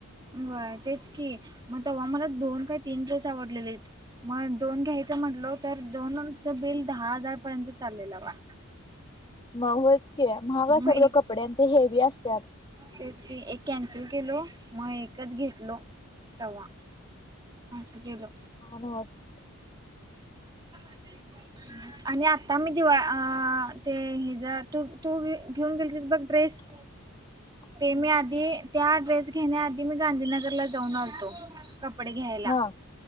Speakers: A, on the right (about 20°); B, on the left (about 20°).
A: व्हय तेच की मग तेव्हा मला दोन काही तीन ड्रेस आवडलेलेत मग दोन घ्यायचं म्हटलो तर दोनच बिल दहा हजार पर्यंत चाललेलं बा
B: मग होतच की महाग असतात
A: मग एक
B: ग कपडे आणि ते हेवी असतात
A: तेच की एक कॅन्सल केलो मग एकच घेतलो तवा अस केलो
B: <unintelligible>
A: <unintelligible> आणि आता मी दिवा ते हेज तू तू घेऊन दिलतीस बघ ड्रेस
B: <inaudible>
A: ते मी आधी त्या ड्रेस घेण्या आधी मी गांधीनगरला जाऊन आलतो कपडे घ्यायला.
B: हा